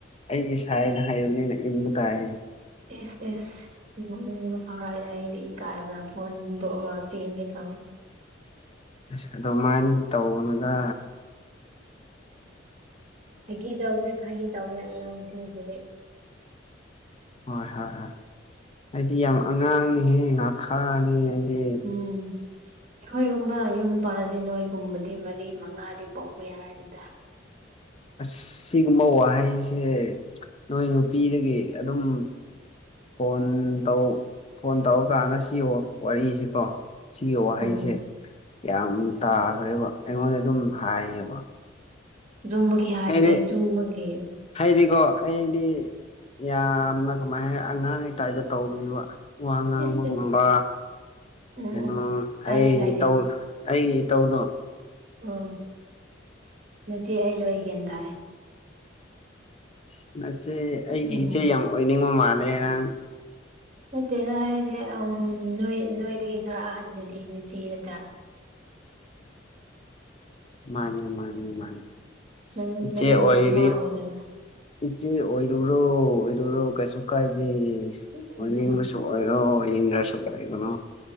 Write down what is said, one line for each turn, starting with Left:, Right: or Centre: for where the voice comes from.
Left: ꯑꯩꯒꯤ ꯁꯥꯏꯅ ꯍꯥꯏꯕꯅꯤꯅ ꯏꯟꯕ ꯇꯥꯏ
Right: ꯏꯁ ꯏꯁ ꯅꯣꯛꯅꯤꯡꯕ ꯐꯥꯎꯔꯦ ꯑꯩꯗꯤ ꯏꯀꯥꯏꯕꯅ ꯐꯣꯟꯗꯣꯛꯑꯒ ꯆꯦꯟꯒꯦ ꯇꯧ
Left: ꯑꯁ ꯑꯗꯨꯃꯥꯏꯅꯗꯤ ꯇꯧꯒꯅꯨꯗꯥ
Right: ꯐꯥꯒꯤ ꯇꯧꯕꯅꯦ ꯐꯥꯒꯤ ꯇꯧꯕꯅꯦ ꯑꯉꯥꯡꯁꯤꯡꯁꯤꯗꯤ
Left: ꯍꯣꯏ ꯍꯣꯏ ꯍꯣꯏ ꯑꯩꯗꯤ ꯌꯥꯝ ꯑꯉꯥꯡꯅꯤꯍꯦ ꯉꯥꯈꯥꯅꯤ ꯑꯩꯗꯤ
Right: ꯎꯝ ꯑꯩꯈꯣꯏꯒꯨꯝꯕ ꯌꯨꯝ ꯄꯥꯜꯂꯗꯤ ꯅꯣꯏꯒꯨꯝꯕꯗꯤ ꯃꯔꯤ ꯃꯉꯥꯗꯤ ꯄꯣꯛꯄ ꯌꯥꯔꯅꯤꯗꯥ
Left: ꯑꯁ ꯁꯤꯒꯨꯝꯕ ꯋꯥꯍꯩꯁꯦ ꯅꯣꯏ ꯅꯨꯄꯤꯗꯒꯤ ꯑꯗꯨꯝ ꯐꯣꯟ ꯇꯧ ꯐꯣꯟ ꯇꯧꯔꯀꯥꯟꯗ ꯁꯤ ꯋꯥ ꯋꯥꯔꯤꯁꯤꯀꯣ ꯁꯤꯒꯤ ꯋꯥꯍꯩꯁꯦ
Right: ꯎꯝ
Left: ꯌꯥꯝ ꯇꯥꯈ꯭ꯔꯦꯕ ꯑꯩꯉꯣꯟꯗ ꯑꯗꯨꯝ ꯍꯥꯏꯌꯦꯕ
Right: ꯖꯨꯝꯕꯒꯤ ꯍꯥꯏꯕꯅꯦ
Left: ꯍꯥꯏꯗꯤ
Right: ꯆꯨꯝꯕꯒꯤ
Left: ꯍꯥꯏꯗꯤꯀꯣ ꯑꯩꯗꯤ ꯌꯥꯝꯅ ꯀꯃꯥꯏ ꯍꯥꯏ ꯑꯉꯥꯡꯒꯤ ꯇꯥꯏꯞꯇꯥ ꯇꯧꯕꯅꯦꯕ ꯋꯥ ꯉꯥꯡꯕꯒꯨꯝꯕ
Right: ꯏꯁ ꯏꯁ ꯎꯝ
Left: ꯀꯩꯅꯣ
Right: ꯎꯝ ꯀꯥꯏꯗꯦ
Left: ꯑꯩ
Right: ꯀꯥꯏꯗꯦ
Left: ꯇꯧ ꯑꯩ ꯏꯇꯧꯗꯣ
Right: ꯎꯝ ꯅꯆꯦ ꯑꯩ ꯂꯣꯏ ꯒ꯭ꯌꯥꯟ ꯇꯥꯏ
Left: ꯁꯤ ꯅꯆꯦ ꯑꯩꯒꯤ
Right: ꯎꯝ
Left: ꯏꯆꯦ ꯌꯥꯝ ꯑꯣꯏꯅꯤꯡꯕ ꯃꯥꯜꯂꯦ ꯅꯪ
Right: ꯅꯠꯇꯦꯗ ꯍꯥꯏꯔꯗꯤ ꯑꯝ ꯅꯣꯏ ꯅꯣꯏꯗꯥꯒꯤ ꯈꯔ ꯑꯍꯟꯗꯨꯗꯤ ꯅꯆꯦ ꯅꯠꯇꯥ
Left: ꯃꯥꯅꯦ ꯃꯥꯅꯦ ꯃꯥꯅꯤ
Right: ꯅꯪ
Left: ꯏꯆꯦ
Right: ꯅꯪꯒꯤ
Left: ꯑꯣꯏꯔꯤ
Right: ꯏꯃꯥ ꯑꯣꯏꯗꯣꯏꯔꯥ
Left: ꯏꯆꯦ ꯑꯣꯏꯔꯨꯔꯣ ꯑꯣꯏꯔꯨꯔꯣ ꯀꯩꯁꯨ ꯀꯥꯏꯗꯦ
Right: ꯎꯝ
Left: ꯑꯣꯏꯅꯤꯡꯕꯁꯨ ꯑꯣꯏꯔꯣ ꯑꯣꯏꯅꯤꯡꯗ꯭ꯔꯁꯨ ꯑꯣꯏꯒꯅꯣ